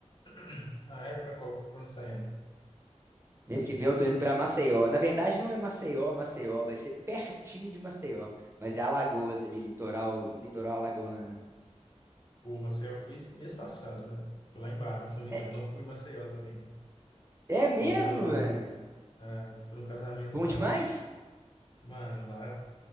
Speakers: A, on the left; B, on the right.
A: <clears throat> Ah, é? Para qual? Para onde você está indo?
B: Mês que vem eu tô indo pra Maceió. Na verdade, não é Maceió, Maceió. Vai ser pertinho de Maceió. Mas é Alagoas ali, litoral, litoral alagoano.
A: Pô, Maceió, eu fui mês passado, velho. Fui lá em Barra de São Miguel.
B: É,
A: Não fui em Maceió também.
B: é mesmo,
A: Fui lá para Barra.
B: velho?
A: Ah, fui num casamento
B: Bom
A: lá.
B: demais?
A: Mano, lá,